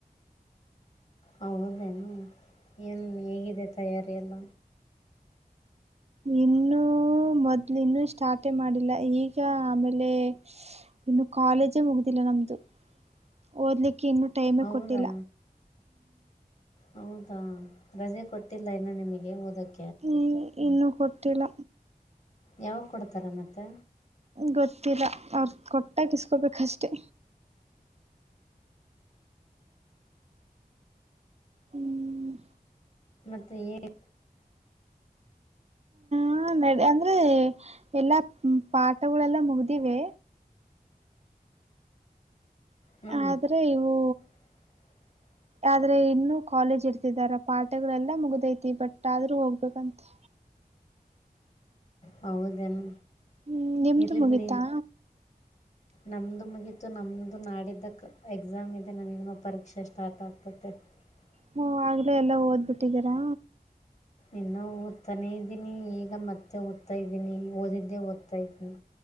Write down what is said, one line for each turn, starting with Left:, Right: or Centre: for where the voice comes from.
Left: ಹೌದೇನು ಏನು ಹೇಗಿದೆ ತಯಾರಿ ಎಲ್ಲ
Right: ಇನ್ನುೂ ಮೊದ್ಲು ಇನ್ನುೂ ಸ್ಟಾರ್ಟೇ ಮಾಡಿಲ್ಲ ಈಗ ಆಮೇಲೆ ಇನ್ನು ಕಾಲೇಜೇ ಮುಗುದಿಲ್ಲ ನಮ್ದು ಓದಲಿಕ್ಕೆ ಇನ್ನುೂ ಟೈಮೇ
Left: ಹೌದಾ
Right: ಕೊಟ್ಟಿಲ್ಲ
Left: ಹೌದಾ ರಜೆ ಕೊಟ್ಟಿಲ್ಲ ಇನ್ನು ನಿಮಗೆ ಓದಕ್ಕೆ
Right: ಹ ಇನ್ನುೂ ಕೊಟ್ಟಿಲ್ಲ
Left: ಯಾವಾಗ ಕೊಡ್ತಾರೆ ಮತ್ತೆ
Right: ಗೊತ್ತಿಲ್ಲ ಅವ್ರ ಕೊಟ್ಟಾಗಿಸಕೊಬೇಕಷ್ಟೆ ಹ್ಮ್
Left: ಮತ್ತ ಏ <inaudible>
Right: ಹಾ ನಡ ಅಂದ್ರೆ ಎಲ್ಲಾ ಪಾಠಗಳೆಲ್ಲ ಮುಗ್ದಿವೆ
Left: ಹ್ಞೂ
Right: ಆದ್ರೆ ಇವು
Left: <unintelligible>
Right: ಆದ್ರೆ ಇನ್ನುೂ ಕಾಲೇಜ್ ಇರ್ತಿದಾರ ಪಾಠಗಳೆಲ್ಲಾ ಮುಗ್ದೈತಿ ಬಟ್ ಆದ್ರೂ ಹೋಗ್ಬೇಕಂತೆ
Left: ಹ <unintelligible> ಹೌದೇನು
Right: ಹ್ಮ್ ನಿಮ್ದು
Left: ಇರ್ಲಿ
Right: ಮುಗೀತಾ
Left: ಬಿಡಿ ನಮ್ದು ಮುಗಿತು ನಮ್ದು ನಾಡಿದ್ದಕ್ ಎಕ್ಸಾಮ್ ಇದೆ ನಮಗ ಪರೀಕ್ಷಾ ಸ್ಟಾರ್ಟ್ ಆಗ್ತತಿ ಹ <unintelligible>
Right: ಹಓ ಆಗ್ಲೇ ಎಲ್ಲ ಓದ್ಬಿಟ್ಟಿದ್ದೀರಾ
Left: ಇನ್ನ ಓದ್ತಾನೇ ಇದ್ದೀನಿ ಈಗ ಮತ್ತೆ ಓದ್ತಾ ಇದ್ದೀನಿ ಓದಿದ್ದೇ ಓದ್ತಾ ಇದ್ದೀನಿ